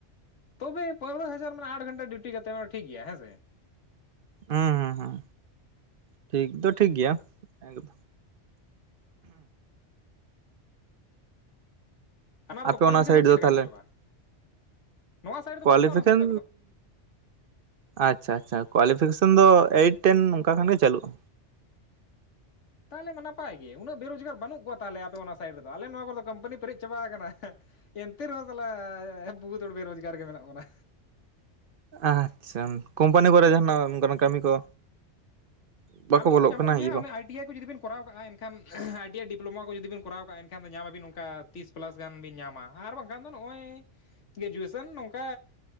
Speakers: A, on the left; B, on the right.
A: ᱛᱚᱵᱮ ᱯᱚᱱᱮᱨᱚ ᱦᱟᱡᱟᱨ ᱟᱴ ᱜᱷᱚᱱᱴᱟ ᱰᱤᱣᱩᱴᱤ ᱠᱟᱛᱮᱫ ᱨᱮᱦᱚᱸ ᱴᱷᱤᱠ ᱜᱮᱭᱟ ᱦᱮᱸ ᱥᱮ?
B: ᱦᱩᱸ ᱦᱸ ᱴᱷᱤᱠ ᱫᱚ ᱴᱷᱤᱠ ᱜᱮᱭᱟ᱾ ᱮᱠᱫᱚᱢ
A: ᱨᱮᱫᱚ
B: ᱟᱯᱮ
A: ᱠᱳᱣᱟᱞᱤᱯᱷᱤᱠᱮᱥᱚᱱ
B: ᱚᱱᱟ ᱥᱟᱭᱤᱰ
A: ᱪᱮᱫ
B: ᱫᱚ
A: ᱞᱮᱠᱟᱭ
B: ᱛᱟᱦᱚᱞᱮ?
A: ᱠᱷᱚᱡᱚᱜᱼᱟ ᱱᱚᱣᱟ ᱥᱟᱭᱤᱰ
B: ᱠᱚᱣᱟᱞᱤᱯᱷᱤᱠᱮᱱᱼᱼ
A: ᱨᱮ ᱵᱟᱹᱱᱩᱜᱼᱟ ᱚᱱᱟ ᱥᱩᱵᱤᱫᱷᱟ ᱠᱚᱫᱚ
B: ᱟᱪᱪᱷᱟ ᱟᱪᱪᱷᱟ ᱠᱳᱣᱟᱞᱤᱯᱷᱤᱠᱮᱥᱚᱱ ᱫᱚ ᱮᱭᱤᱴ ᱴᱮᱱ ᱚᱱᱠᱟ ᱠᱷᱟᱱ ᱜᱮ ᱪᱟᱹᱞᱩᱜᱼᱟ᱾
A: ᱛᱟᱦᱚᱞᱮ ᱢᱟ ᱱᱟᱯᱟᱭ ᱜᱮ ᱩᱱᱟᱹᱜ ᱵᱮᱨᱚᱡᱽᱜᱟᱨ ᱵᱟᱹᱱᱩᱜ ᱠᱚᱣᱟ ᱛᱟᱦᱚᱞᱮ ᱟᱯᱮ ᱚᱱᱟ ᱥᱟᱭᱤᱰ ᱨᱮᱫᱚ ᱟᱞᱮ ᱱᱚᱣᱟ ᱠᱚᱫᱚ ᱠᱚᱢᱯᱟᱱᱤ ᱯᱮᱨᱮᱡ ᱪᱟᱵᱟ ᱟᱠᱟᱱᱟ᱾ ᱮᱱᱛᱮ ᱨᱮᱦᱚᱸ ᱥᱟᱞᱟᱜ ᱵᱚᱦᱩᱛ ᱦᱚᱲ ᱵᱮᱨᱚᱡᱽᱜᱟᱨ ᱜᱮ ᱢᱮᱱᱟᱜ ᱵᱚᱱᱟ᱾
B: ᱟᱪᱪᱷᱟ ᱠᱳᱢᱯᱟᱱᱤ ᱠᱚᱨᱮ ᱡᱟᱦᱟᱱᱟᱜ ᱚᱱᱠᱟᱱᱟᱜ ᱠᱟᱹᱢᱤ ᱠᱚ? ᱵᱟᱠᱚ
A: ᱠᱟᱹᱢᱤ
B: ᱵᱚᱞᱚᱜ
A: ᱠᱚ ᱧᱟᱢᱚᱜ
B: ᱠᱟᱱᱟ
A: ᱜᱮᱭᱟ
B: ᱤᱭᱟᱹ ᱠᱚ
A: ᱚᱱᱟ ᱟᱭᱴᱤᱭᱟ ᱠᱚ ᱡᱩᱫᱤ ᱵᱤᱱᱼᱼ ᱠᱚᱨᱟᱣ ᱠᱟᱜᱼᱟ ᱮᱱᱠᱷᱟᱱ ᱟᱹᱰᱤᱭᱟ ᱰᱤᱯᱞᱳᱢᱟ ᱠᱚ ᱡᱩᱫᱤ ᱵᱤᱱ ᱠᱚᱨᱟᱣ ᱠᱟᱜ ᱮᱱᱠᱷᱟᱱ ᱧᱟᱢᱟᱵᱤᱱ ᱚᱱᱠᱟ ᱛᱤᱥ ᱯᱮᱞᱟᱥᱼᱼ ᱜᱟᱱ ᱵᱤᱱ ᱧᱟᱢᱟ ᱟᱨ ᱵᱟᱝᱠᱷᱟᱱ ᱫᱚ ᱱᱚᱜᱼᱚᱭ ᱜᱨᱮᱡᱩᱭᱮᱥᱚᱱ ᱱᱚᱝᱠᱟ